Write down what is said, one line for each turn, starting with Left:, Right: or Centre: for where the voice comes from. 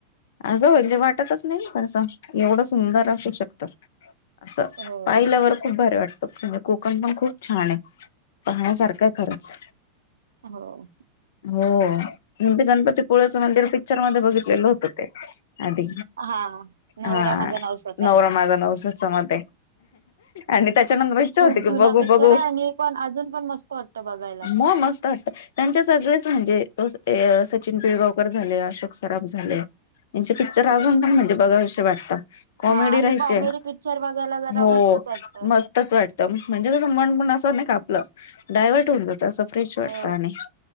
Left: असं म्हणजे वाटतच नाही कसं एवढं सुंदर असू शकत असं
Right: हो.
Left: पाहिल्यावर खूप भारी वाटतं म्हणजे कोकण पण खूप छान आहे. पाहण्यासारखं खरंच
Right: हो.
Left: हो हो ते गणपती पुळचं मंदिर पिक्चर मध्ये बघितलेलं होतं ते आधी
Right: हा नवरा
Left: हा
Right: माझा नवसाचा.
Left: नवरा माझा नवसाचा मध्ये आणि त्याच्यान इच्छा
Right: खूप
Left: होती की
Right: जुना
Left: बघू
Right: पिक्चर
Left: बघू
Right: आहे आणि पण अजून पण मस्त वाटतं बघायला.
Left: म मस्त वाटतं त्यांच्या सगळेच म्हणजे त ते अ सचिन पिळगांवकर झाले, अशोक सराफ झाले, त्यांचे पिक्चर
Right: हो
Left: अजूनपण म्हणजे बघावेसे वाटतात कॉमेडी
Right: हा आणि
Left: राहायचे
Right: कॉमेडी पिक्चर बघायला जरा
Left: हो
Right: मस्तच वाटतं.
Left: मस्तच वाटत म्हणजे त मन पण असं नाय का डायवर्ट होऊन जातं अस फ्रेश वाटतं
Right: हो
Left: आणि